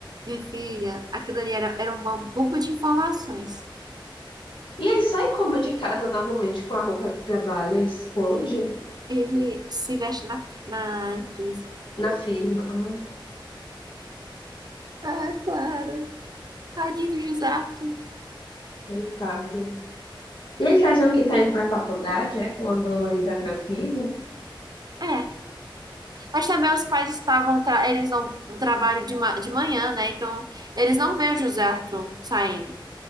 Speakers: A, on the right (about 50°); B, on the left (about 70°).
A: Minha filha, aquilo ali era, era uma bomba de informações.
B: E ele sai como de casa normalmente com a roupa do trabalho, ele esconde
A: Ele se veste na, na empresa.
B: na firma. Ah,
A: Ah, Clara. Tadinho do José Arthur.
B: coitada. E ele tá dizendo que tá indo pra faculdade, é? Quando ele vai pra firma.
A: É, mas também os pais estavam, tra- eles vão pro trabalho de, ma de manhã, né? Então, eles não veem o José Arthur saindo.